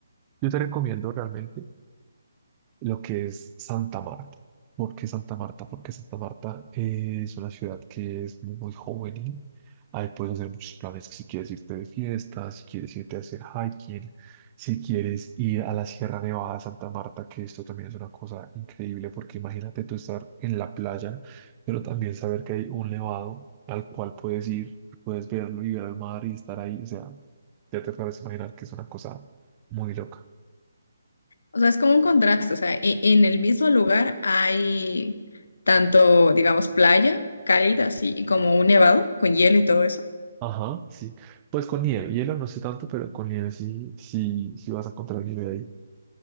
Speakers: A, on the right; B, on the left.
A: yo te recomiendo realmente lo que es Santa Marta. ¿Por qué Santa Marta? Porque Santa Marta eh, es una ciudad que es muy, muy juvenil. Ahí puedes hacer muchos planes, si quieres irte de fiesta, si quieres irte a hacer hiking, si quieres ir a la Sierra Nevada de Santa Marta, que esto también es una cosa increíble, porque imagínate tú estar en la playa, pero también saber que hay un nevado al cual puedes ir, puedes verlo y ver el mar y estar ahí. O sea, ya te puedes imaginar que es una cosa muy loca.
B: O sea, es como un contraste, o sea, e- en el mismo lugar hay tanto, digamos, playa cálida, así, y como un nevado con hielo y todo eso.
A: Ajá, sí. Pues con nieve, hielo no sé tanto, pero con nieve sí, sí, sí vas a encontrar nieve ahí.